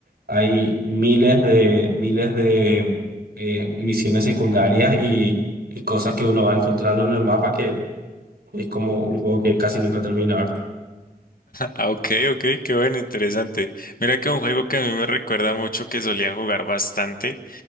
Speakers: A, on the right; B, on the left.
A: hay miles de, miles de eh, misiones secundarias y, y cosas que uno va encontrando en el mapa que es como un juego que casi nunca termina, ¿verdad?
B: Ah, ok, ok, qué bueno, interesante. Mira que un juego que a mí me recuerda mucho que solía jugar bastante.